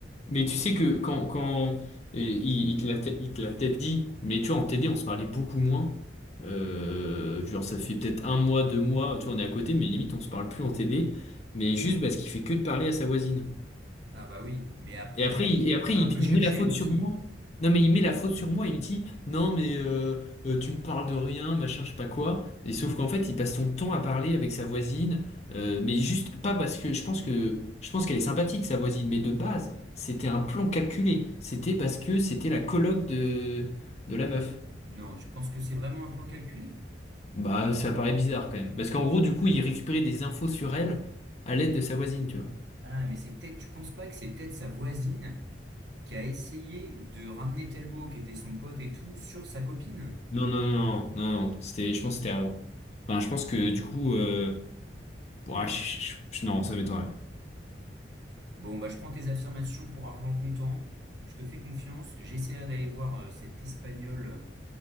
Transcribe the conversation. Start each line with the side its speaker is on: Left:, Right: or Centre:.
Left: Mais tu sais que quand, quand et il, il te l'a il te l'a peut-être dit, mais tu vois, en TD, on se parlait beaucoup moins. Euh, genre, ça fait peut-être un mois, deux mois, tu vois, on est à côté, mais limite, on se parle plus en TD. Mais juste parce qu'il fait que de parler à sa voisine.
Right: Ah bah oui, mais après
Left: Et après,
Right: c'est
Left: il, et après
Right: t'as
Left: il,
Right: un peu cherché
Left: il met la faute
Right: aussi.
Left: sur moi. Non, mais il met la faute sur moi. Il me dit, non, mais euh, euh, tu me parles de rien, machin, je sais pas quoi. Et sauf qu'en fait, il passe son temps à parler avec sa voisine. euh, mais juste pas parce que je pense que je pense qu'elle est sympathique, sa voisine. Mais de base, c'était un plan calculé. C'était parce que c'était la coloc de, de la meuf.
Right: Non, tu penses que c'est vraiment un plan calculé?
Left: Bah, ça paraît bizarre quand même. Parce qu'en gros, du coup, il récupérait des infos sur elle à l'aide de sa voisine, tu vois.
Right: Ah mais c'est peut-être, tu penses pas que c'est peut-être sa voisine qui a essayé de ramener tel mot qui était son pote et tout sur sa copine?
Left: Non, non, non, non, non. non. C'était, je pense que c'était avant. Enfin, je pense que du coup. euh, Ouais, je- je- je- non, ça m'étonnerait.
Right: Bon, bah, je prends tes affirmations pour argent comptant. Je te fais confiance. J'essaierai d'aller voir euh, cet Espagnol,